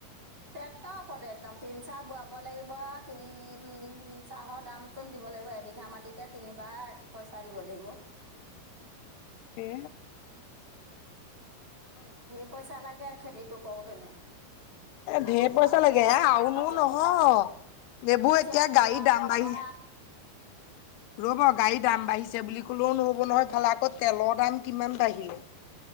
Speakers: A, on the right (about 25°); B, on the left (about 85°).
A: ট্ৰেক্ট ওপতে একদম তিন চাহ বোৱাব লাগিব তিন চাহৰ দাম নতুন দিব লাগিব এবিঘা মাটিতে তিনিবাৰ পইচা দিব লাগিব।
B: <inaudible> <inaudible> এ
A: ধেৰ পইচা লাগে খেতিটো কৰোতেনে আকৌ
B: ঢেৰ
A: খোৱা
B: পইচা
A: বোৱা
B: লাগে
A: আছেই
B: হা আওনো
A: তাৰ মাজত
B: নহয়। দেবু
A: কঠীয়া
B: এতিয়া
A: তোলা
B: গাড়ী দাম
A: ৰোৱা
B: বাঢ়ি ৰ'ব গাড়ীৰ দাম বাঢ়িছে বুলি কলেও নহ'ব নহয়, ইফালে আকৌ তেলৰ দাম কিমান বাঢ়িলে।